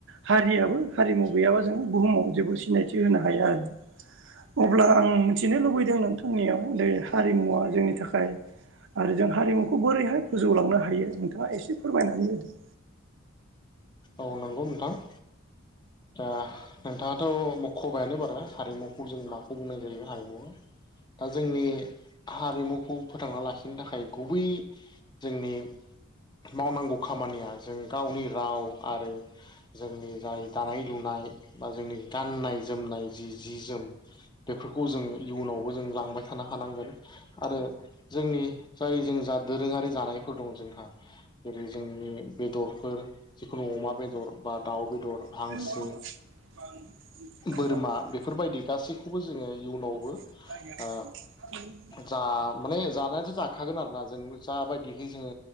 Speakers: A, on the right (about 65°); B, on the left (about 20°).
A: हारियाबो हारिमु गैयाबा जोङो बुहुमाव जेबो सिनायथि होनो हाया आरो। अब्ला आं मिथिनो लुबैदों नोंथांनियाव बेे हारिमुवा जोंनि थाखाय आरो जों हारिमुखौ बोरैहाय फोजौलांनो हायो नोंथाङा एसे फोरमायनानै होदों।
B: औ नंगौ नोंथां। ओ नोंथाङाथ' मख'बायानो बार हारिमु खौ जों माखौ बुंनाय जायो हारिमु दा जोंनि हारिमुखौ फोथांना लाखि नि थाखाय गुबै जोंनि मावनांगौ खामानिया जों गावनि राव आरो जोंनि जाय दानाय-लुनाय बा जोंनि गाननाय जोमनाय जि जि जोम बेफोरखौ जों इयुनावबो जों लांबाय थानो हानांगोन आरो जोंनि जाय जों दोरोङारि जानायफोर दङ जोंहा जेरै जोंनि बेदरफोर जिखुनु अमा बेदर बा दाउ बेदर हांसो
A: <inaudible>
B: बोरमा बेफोरबायदि गासैखौबो जोङो इयुनावबो
A: <inaudible>
B: ओ जा माने जानायाथ' जाखागोन आरोना जों जाबायदिहै जोङो